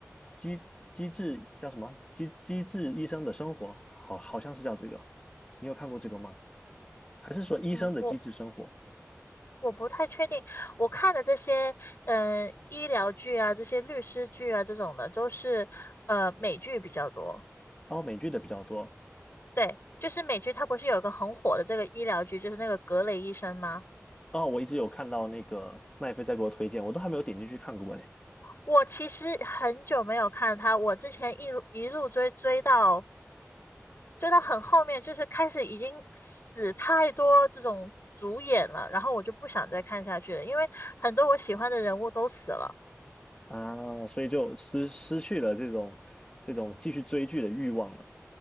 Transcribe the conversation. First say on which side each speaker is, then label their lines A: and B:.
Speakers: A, on the left (about 20°); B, on the left (about 50°).
A: 机机智叫什么机机智医生的生活，好好像是叫这个。你有看过这个吗？还是说医生的机智生活？
B: 嗯，我我不太确定，我看的这些嗯、呃医疗剧啊，这些律师剧啊这种的，都是呃美剧比较多。
A: 哦，美剧的比较多。
B: 对，就是美剧它不是有一个很火的这个医疗剧，就是那个格雷医生吗？
A: 哦，我一直有看到那个麦飞在给我推荐，我都还没有点进去看过呢。
B: 我其实很久没有看它，我之前一路一路追追到追到很后面，就是开始已经死太多这种主演了，然后我就不想再看下去了，因为很多我喜欢的人物都死了。
A: 啊，所以就失失去了这种这种继续追剧的欲望了。